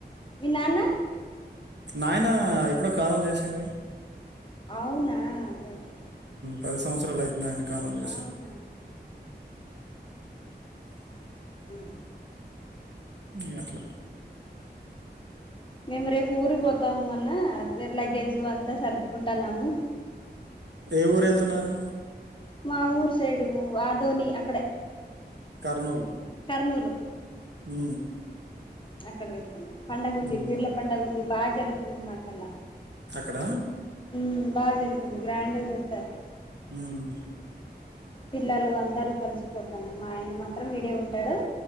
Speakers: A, on the left (about 30°); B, on the right (about 80°).
A: మీ నాన్న
B: నాయనా ఎప్పుడో కాలం చేసిండూ
A: అవునా ఓకే
B: పది సంవత్సరాలు అయితుంది ఆయన కాలం చేసి
A: అవునా ఉ
B: న అట్లు
A: మేము రేపు ఊరికి పోతాము అన్న లగేజు అంతా సర్దుకుంటున్నాము
B: ఏ ఊరు వెళ్తున్నారు
A: మా ఊరు సైడు ఆదోని అక్కడే
B: కర్నూలు
A: అన్నూలు
B: ఉ
A: అక్కడ వెళ్తాను పండుగ ఉంది
B: హ్మ్.
A: పీర్ల పండుగ ఉంది బాగా జరుగుతుంది మాకల్లా
B: అక్కడా?
A: హ బాగా జరుగుతుంది గ్రాండర్ చేస్తారు
B: హ్మ్.
A: పిల్లలు అందరూ కలిసిపోతను మా ఆయన మాత్రం ఈడే ఉంటాడు